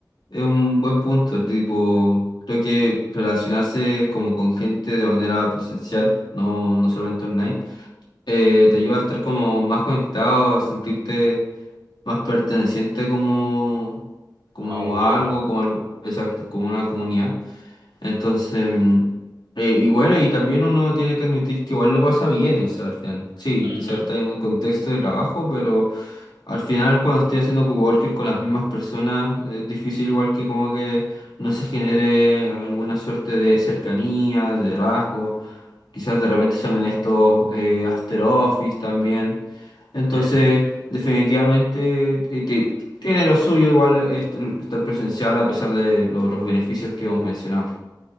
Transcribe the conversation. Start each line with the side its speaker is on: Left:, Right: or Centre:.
Left: es un buen punto, tipo, creo que relacionarse como con gente de manera presencial, no, no solamente online, eh, te ayuda a estar como más conectado, a sentirte más perteneciente como, como
Right: a un grupo.
Left: a algo, como algo, exacto, como una comunidad. Entonces, mm, eh, y bueno, y también uno tiene que admitir que igual lo pasa bien, o sea, al final. Sí,
Right: Ujú,
Left: quizás está en un contexto de trabajo, pero al final cuando estoy haciendo coworking con las mismas personas, es difícil igual que como que no se genere alguna suerte de cercanía, de rasgo. Quizás de repente salen estos eh, after office también. Entonces,
Right: ujú.
Left: definitivamente eh, te- tiene lo suyo igual est- estar presencial a pesar de lo- los beneficios que hemos mencionado.